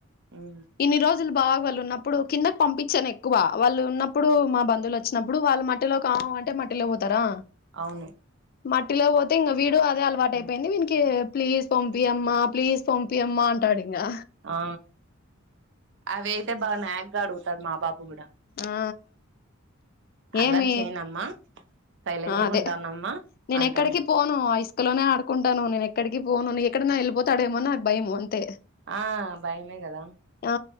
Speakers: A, on the right; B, on the left.
A: ఉమ్
B: ఇన్ని రోజులు బాగా వెళు ఉన్న ఇప్పుడు కిందకి పంపించాను ఎక్కువ వాళ్ళు ఉన్నప్పుడు మా బంధువులు వచ్చినప్పుడు వాళ్ళ మట్ మట్టిలో కావు అంటే మట్టిలో పోతారా
A: అవును
B: మట్టిలో పోతే ఇక వీడు అదే అలవాట
A: ఉమ్
B: అయిపోయింది వీనికి ప్లీజ్ పంపియమ్మా ప్లీజ్ పంపి అమ్మా అంటాడు ఇంకా
A: ఆ అవి అయితే బాగా నాక్ గా అడుగుతాడు మా పాాప కూడా
B: ఆ
A: అల్లరి
B: ఏమి
A: చేయనమ్మా సైలెంట్గా
B: అదే
A: ఉంటానమ్మా
B: నేను
A: అంటాడు
B: ఎక్కడికి పోను ఐస్క లోనే ఆడు కుంటాను నేను ఎక్కడికి పోను ఎక్కడై వెళ్ళిపోతాడేమో నాకు భయం అంతే
A: ఆ భయమే కదా
B: ఆ